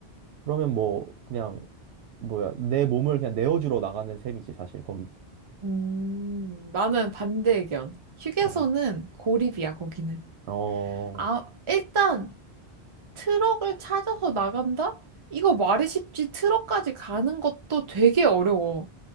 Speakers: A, on the right (about 85°); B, on the right (about 40°).
A: 그러면 뭐 그냥 뭐야 내 몸을 그냥 내어주러 나가는 셈이지 사실 거기는.
B: 음. 나는 반대 의견. 휴게소는
A: 어.
B: 고립이야, 거기는.
A: 어.
B: 아, 일단 트럭을 찾아서 나간다? 이거 말이 쉽지 트럭까지 가는 것도 되게 어려워.